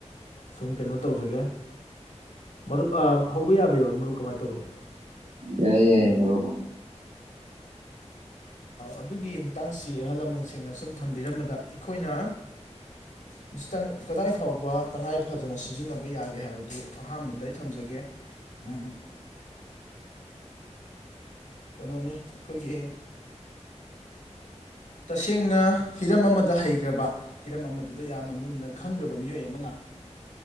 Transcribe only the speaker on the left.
ꯁꯨꯝ ꯀꯩꯅꯣ ꯇꯧꯖꯒꯦ ꯃꯔꯨꯞ ꯍꯧꯕ ꯌꯥꯕ ꯌꯥꯕ꯭ꯔꯥ ꯃꯔꯨꯞ ꯀꯃꯥꯏꯅ ꯇꯧꯏꯤ
ꯑꯗꯨꯒꯤ ꯃꯇꯥꯡꯁꯤ ꯑꯍꯜ ꯂꯃꯟꯁꯤꯡꯅ ꯁꯨꯝ ꯊꯝꯕꯤꯔꯝꯕꯗ ꯑꯩꯈꯣꯏꯅ ꯃꯁꯤꯇ ꯀꯗꯥꯏ ꯐꯥꯎꯕ ꯇꯉꯥꯏ ꯐꯗꯅ ꯁꯤꯖꯤꯟꯅꯕ ꯌꯥꯒꯦ ꯍꯥꯏꯕꯗꯨ ꯑꯍꯥꯟꯕꯗ ꯑꯩ ꯊꯝꯖꯒꯦ ꯎꯝ ꯀꯩꯅꯣꯅꯤ ꯑꯩꯈꯣꯏꯒꯤ ꯇꯁꯦꯡꯅ ꯍꯤꯔꯝ ꯑꯃꯗ ꯍꯩꯈ꯭ꯔꯕ ꯍꯤꯔꯝ ꯑꯃꯗꯨꯗ ꯌꯥꯝꯅ ꯃꯨꯟꯅ ꯈꯪꯈ꯭ꯔꯕ ꯃꯤꯑꯣꯏ ꯑꯃꯅ